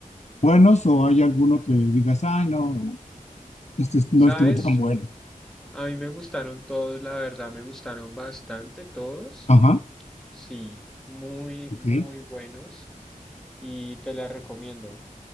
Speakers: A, on the left; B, in the centre.
A: buenos o hay alguno que digas, ay, no, este no
B: ¿Sabes?
A: estuvo tan bueno?
B: A mí me gustaron todos, la verdad, me gustaron bastante todos.
A: Ajá.
B: Sí, muy, muy
A: Sí,
B: buenos y te la recomiendo